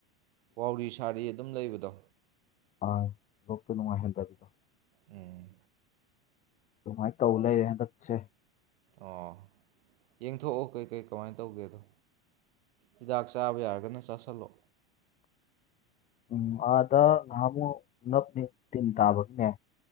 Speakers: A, on the right (about 70°); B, on the left (about 25°).
A: ꯋꯥꯎꯔꯤ ꯁꯥꯔꯤ ꯑꯗꯨꯝ ꯂꯩꯕꯗꯣ
B: ꯑꯥ ꯂꯣꯛꯇ ꯅꯨꯡꯉꯥꯏꯍꯟꯗꯕꯗꯣ
A: ꯎꯝ
B: ꯑꯗꯨꯃꯥꯏꯅ ꯇꯧ ꯂꯩꯔꯦ ꯍꯟꯗꯛꯁꯦ
A: ꯑꯣ ꯌꯦꯡꯊꯣꯛꯑꯣ ꯀꯩꯀꯩ ꯀꯃꯥꯏꯅ ꯇꯧꯒꯦꯗꯣ ꯍꯤꯗꯥꯛ ꯆꯥꯕ ꯌꯥꯔꯒꯅ ꯆꯥꯁꯤꯜꯂꯣ
B: ꯎꯝ ꯑꯥꯗ ꯉꯍꯥꯃꯨꯛ ꯅꯞꯅꯤ ꯇꯤꯟ ꯇꯥꯕꯒꯤꯅꯦ